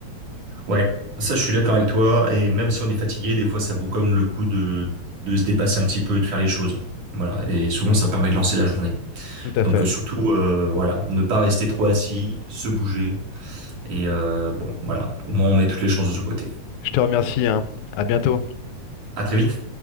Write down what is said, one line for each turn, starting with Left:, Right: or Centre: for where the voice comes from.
Right: Ouais, ça je suis d'accord avec toi, et même si on est fatigué, des fois ça vaut comme le coup de, de se dépasser un petit peu et de faire les choses. Voilà, et souvent ça permet de lancer la journée.
Left: Tout à
Right: Donc
Left: fait.
Right: euh, surtout, euh, voilà, ne pas rester trop assis, se bouger, et euh, bon, voilà, au moins on met toutes les chances de ce côté.
Left: Je te remercie, hein. À bientôt.
Right: À très vite.